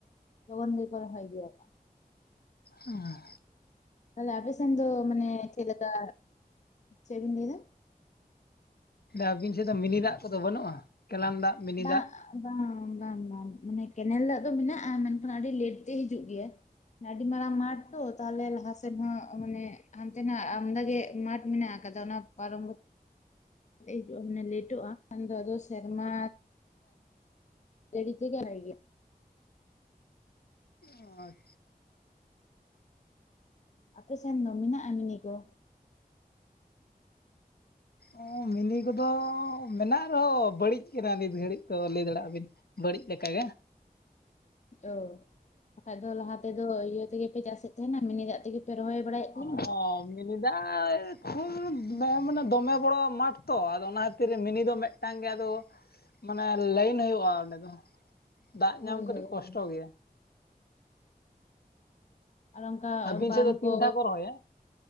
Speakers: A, on the left; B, on the left.
A: ᱞᱚᱜᱚᱱ ᱜᱮ ᱠᱚ ᱨᱚᱦᱚᱭ ᱜᱮᱭᱟ
B: ᱟᱸ
A: ᱛᱟᱦᱚᱞᱮ ᱟᱯᱮ ᱥᱮᱱ ᱫᱚ ᱢᱟᱱᱮ ᱪᱮᱫ ᱞᱮᱠᱟ? ᱪᱮᱫ ᱵᱤᱱ ᱞᱟᱹᱭ ᱮᱫᱟ
B: ᱟᱹᱵᱤᱱ ᱥᱮᱫ ᱫᱚ ᱢᱤᱱᱤ ᱫᱟᱜ ᱠᱚᱫᱚ ᱵᱟᱹᱱᱩᱜᱼᱟ ᱠᱮᱞᱟᱱ ᱫᱟᱜ ᱢᱤᱱᱤ
A: ᱵᱟᱝ
B: ᱫᱟᱜ
A: ᱵᱟᱝ ᱵᱟᱝ ᱵᱟᱝ ᱢᱟᱱᱮ ᱠᱮᱱᱮᱞ ᱫᱟᱜ ᱫᱚ ᱢᱮᱱᱟᱜᱼᱟ ᱢᱮᱱᱠᱷᱟᱱ ᱟᱹᱰᱤ ᱞᱮᱴ ᱛᱮ ᱦᱤᱡᱩᱜ ᱜᱮᱭᱟ ᱟᱹᱰᱤ ᱢᱟᱨᱟᱝ ᱢᱟᱴᱷ ᱛᱚ, ᱛᱟᱦᱚᱞᱮ ᱞᱟᱦᱟ ᱥᱮᱱ ᱦᱚᱸ ᱢᱟᱱᱮ ᱦᱟᱱᱛᱮ ᱱᱟᱜ ᱟᱢᱫᱟ ᱜᱮ ᱢᱟᱴᱷ ᱢᱮᱱᱟᱜ ᱟᱠᱟᱫᱟ ᱚᱱᱟ ᱯᱟᱨᱚᱢ ᱦᱤᱡᱩᱜᱼᱟ ᱢᱟᱱᱮ ᱞᱮᱴᱚᱜᱼᱟ ᱠᱷᱟᱱ ᱫᱚ ᱟᱫᱚ ᱥᱮᱨᱢᱟ ᱜᱟᱹᱲᱤ ᱛᱮᱜᱮ ᱵᱷᱟᱜᱮ ᱜᱮᱭᱟ
B: ᱦᱳᱭ
A: ᱟᱯᱮ ᱥᱮᱱ ᱫᱚ ᱢᱮᱱᱟᱜ-ᱟ ᱢᱤᱱᱤ ᱠᱚ?
B: ᱚᱻ ᱢᱤᱱᱤ ᱠᱚᱫᱚ ᱢᱮᱱᱟᱜ ᱨᱮᱦᱚᱸ ᱵᱟᱹᱲᱤᱡ ᱠᱟᱱᱟ ᱱᱤᱛ ᱜᱷᱟᱹᱲᱤᱡ ᱛᱚ ᱞᱟᱹᱭ ᱫᱟᱲᱮᱭᱟᱜᱼᱟ ᱵᱤᱱ ᱵᱟᱹᱲᱤᱡ ᱞᱮ ᱞᱮᱠᱟ ᱜᱮ᱾
A: ᱚ ᱵᱟᱠᱷᱟᱡ ᱫᱚ ᱞᱟᱦᱟ ᱛᱮᱫᱚ ᱤᱭᱟᱹ ᱛᱮᱜᱮᱯᱮ ᱪᱟᱥᱮᱫ ᱛᱟᱦᱮᱱᱟ ᱢᱤᱱᱤ ᱫᱟᱜ ᱛᱮᱜᱮ ᱯᱮ ᱨᱚᱦᱚᱭ ᱵᱟᱲᱟᱭᱮᱫ ᱛᱟᱦᱮᱱᱟ
B: <unintelligible> ᱢᱤᱱᱤ ᱫᱟᱜ ᱠᱷᱩᱵ ᱢᱟᱱᱮ ᱫᱚᱢᱮ ᱵᱚᱲᱚ ᱢᱟᱴᱷ ᱛᱚ ᱟᱫᱚ ᱚᱱᱟ ᱠᱷᱟᱹᱛᱤᱨ ᱢᱤᱱᱤ ᱫᱚ ᱢᱮᱫ ᱢᱤᱫᱴᱟᱝ ᱜᱮ ᱟᱫᱚ ᱢᱟᱱᱮ ᱞᱟᱭᱤᱱ ᱦᱩᱭᱩᱜᱼᱟ ᱚᱸᱰᱮ ᱫᱚ ᱫᱟᱜ
A: ᱦᱳᱭ
B: ᱧᱟᱢ ᱠᱟᱹᱴᱤᱡ
A: ᱦᱳᱭ
B: ᱠᱚᱥᱴᱚ
A: ᱦᱳᱭ᱾
B: ᱜᱮᱭᱟ
A: ᱟᱨ ᱚᱱᱠᱟ
B: ᱟᱹᱵᱤᱱ
A: ᱵᱟᱸᱫ
B: ᱥᱮᱫ ᱫᱚ
A: ᱠᱚ
B: ᱛᱤᱱ ᱫᱷᱟᱣ ᱨᱚᱦᱚᱭᱟ